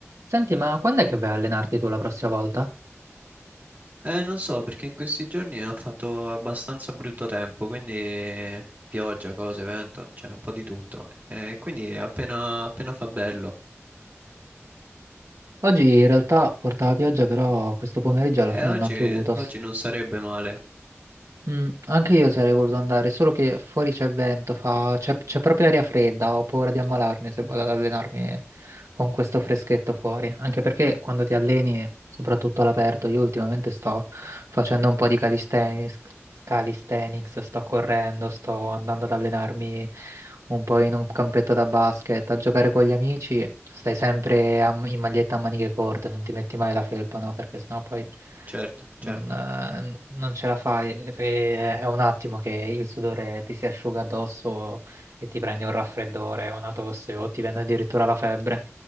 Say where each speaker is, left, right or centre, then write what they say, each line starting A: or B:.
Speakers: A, on the right; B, on the right.
A: Senti, ma quando è che vai a allenarti tu la prossima volta?
B: Eh, non so, perché in questi giorni ha fatto abbastanza brutto tempo, quindi pioggia, cose, vento, c'era un po' di tutto. Eh, quindi appena, appena fa bello.
A: Oggi in realtà portava pioggia, però questo pomeriggio alla
B: E
A: fine
B: oggi,
A: non ha piovuto.
B: oggi non sarebbe male.
A: Mm, anche io sarei voluto andare, solo che fuori c'è vento, fa- c'è c'è proprio aria fredda, ho paura di ammalarmi se vado ad allenarmi con questo freschetto fuori, anche perché quando ti alleni, soprattutto all'aperto, io ultimamente sto facendo un po' di calisthenics, calisthenics, sto correndo, sto andando ad allenarmi un po' in un campetto da basket, a giocare con gli amici, stai sempre a- in maglietta a maniche corte, non ti metti mai la felpa, no? Perché sennò poi
B: Certo,
A: non,
B: certo.
A: eh, non ce la fai, e- e- è un attimo che il sudore ti si asciuga addosso e ti prendi un raffreddore, una tosse o ti viene addirittura la febbre.